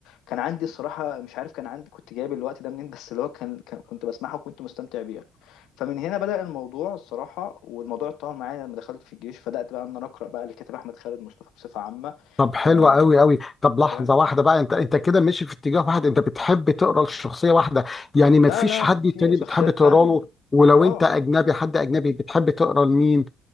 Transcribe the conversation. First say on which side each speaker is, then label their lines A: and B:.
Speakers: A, on the left (about 75°); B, on the left (about 20°).
A: كان عندي الصراحة مش عارف كان عندي كنت جايب الوقت ده منين بس اللي هو كان كان- كنت بسمعها وكنت مستمتع بيها فمن هنا بدأ الموضوع الصراحة والموضوع اتطور معايا لما دخلت في الجيش فبدأت بقى ان انا اقرأ بقى للكاتب احمد خالد مصطفى بصفة عامة
B: طب حلو
A: آه،
B: قوي قوي طب لحظه
A: انت فاهم
B: واحده بقى انت انت كده ماشي في اتجاه واحد انت بتحب تقرا لشخصيه واحده يعني ما
A: لا
B: فيش
A: لا
B: حد
A: في
B: تاني
A: شخصيات
B: بتحب تقرا
A: تانية
B: له ولو
A: اه
B: انت اجنبي حد اجنبي بتحب تقرا لمين